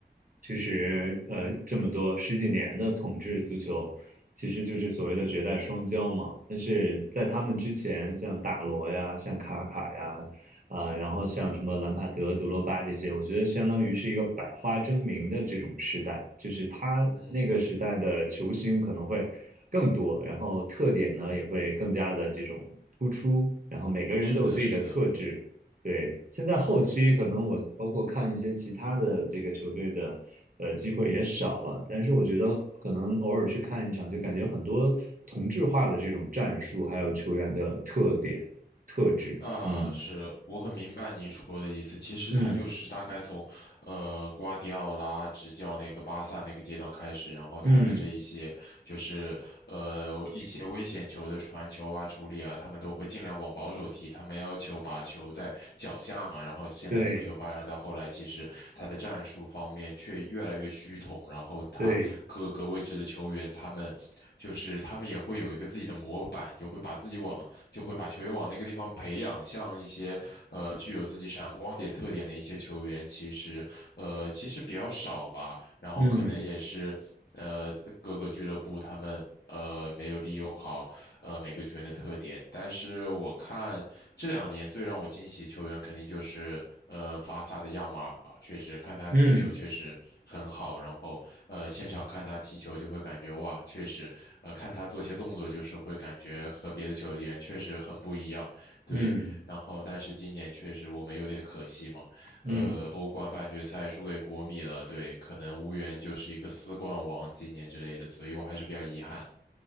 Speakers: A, on the right (about 50°); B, on the left (about 70°).
A: 其实呃这么多十几年的统治足球，其实就是所谓的绝代双骄嘛。但是在他们之前，像大罗呀、像卡卡呀，啊、然后像什么兰帕德、德罗巴这些，我觉得相当于是一个百花争鸣的这种时代，就是他那个时代的球星可能会。
B: 嗯，
A: 更多，然后特点呢也会更加的这种突出，然后每个人都有自己的特质。
B: 是的，是的，
A: 对，现在后期可能我包括看一些其他的这个球队的，
B: 嗯，
A: 呃，机会也少了。但是我觉得可能偶尔去看一场，就感觉很多同质化的这种战术，还有球员的特点、特质。
B: 啊、
A: 嗯
B: 是我很明白您说的意思。其实他就是大概从，
A: 嗯
B: 呃，瓜迪奥拉执教那个巴萨那个阶段开始，然后他的这一些就是呃一些危险球的传球啊、
A: 嗯，
B: 处理啊，他们都会尽量往保守踢。他们要求把球在脚下嘛。然后现在足球发展到后来，
A: 对
B: 其实他的战术方面却越来越趋同。然后他各个位置的球员，
A: 对，
B: 他们就是他们也会有一个自己的模板，就会把自己往。就会把球员往那个地方培养。像一些呃具有自己闪光点特点的一些球员，其实呃其实比较少吧。然后可能也是呃各个俱乐部他们呃没有利用好呃每个球员的特点。
A: 嗯
B: 但是我看这两年最让我惊喜球员肯定就是呃巴萨的亚马尔吧，确实看他踢球确实很好，
A: 嗯
B: 然后呃现场看他踢球就会感觉哇，确实呃看他做些动作就是会感觉和别的球员确实很不一样，对。
A: 嗯
B: 然后但是今年确实我们有点可惜嘛。
A: 嗯嗯
B: 呃，欧冠半决赛输给国米了，对，可能无缘就是一个四冠王今年之类的，所以我还是比较遗憾。